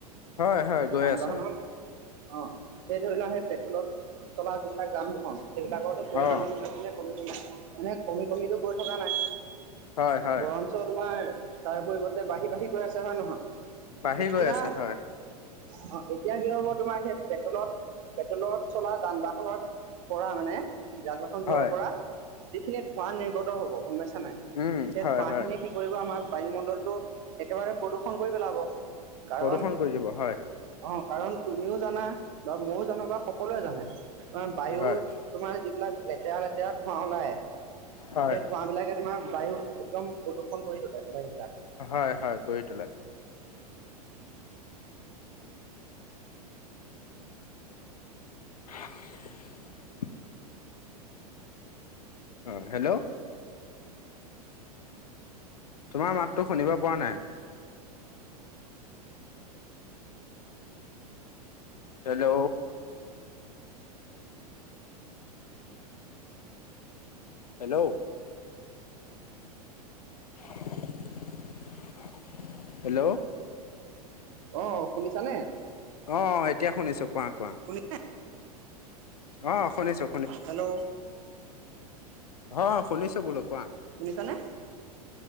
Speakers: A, on the left; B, on the right.
A: হয় হয় গৈ
B: যান
A: আছে
B: বাহন অ, সেই ধৰি লোৱা সেই পেট্ৰলত চলা যিবিলাক যান, বাহন সেইবিলাকৰো পৰিমণটো
A: অ
B: দিনে, দিনে কমি কমি মানে কমি কমিতো গৈ থকা নাই
A: হয় হয়
B: বৰঞ্চ তোমাৰ তাৰ পৰিৱৰ্তে বাঢ়ি বাঢ়ি গৈ আছে হয় নহয়
A: বাঢ়ি
B: এতিয়া,
A: গৈ আছে হয়
B: অ, এতিয়া কি হ'ব তোমাৰ সেইটোৱে। <unintelligible> পেট্ৰলত চলা যান বাহনৰ পৰা মানে যান বাহনবোৰৰ
A: হয়
B: পৰা যিখিনিত ধোৱা নিৰ্গত হ'ব গম পাইছা নাই?
A: উম
B: যে
A: হয়
B: ধোঁৱা
A: হয়
B: খিনিয়ে কি কৰিব, আমাৰ বায়ুমণ্ডলটো একেবাৰে প্ৰদূষন কৰি পেলাব। কাৰণ।
A: প্ৰদূষণ কৰি দিব হয়
B: অ, কাৰণ তুমিও জানা, বা ময়ও জানা বা সকলোৱে জানা তোমাৰ বায়ু
A: হয়
B: তোমাৰ যিবিলাক লেতেৰা লেতেৰা ধোঁৱা ওলাই
A: হয়
B: সেই ধোঁৱা বিলাকে তোমাৰ বায়ু একদম প্ৰদূষণ কৰি তোলে, বায়ু বিলাক।
A: হয় হয় কৰি তোলে <inaudible> অ হেল্ল' তোমাৰ মাততো শুনিব পৰা নাই হেল্ল'? হেল্ল'। <inaudible> হেল্ল'।
B: অ শুনিছানে।
A: অ এতিয়া শুনিছো কোৱা কোৱা।
B: শুনি
A: অ, শুনিচো।
B: হেল্ল'।
A: অ শুনিছো বোলো কোৱা
B: শুনিছানে